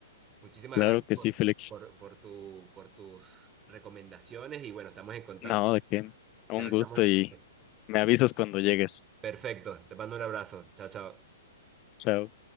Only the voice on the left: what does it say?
claro
que
sí, Félix.
No, de qué. Un
gusto y
me avisas cuando llegues.
Chao.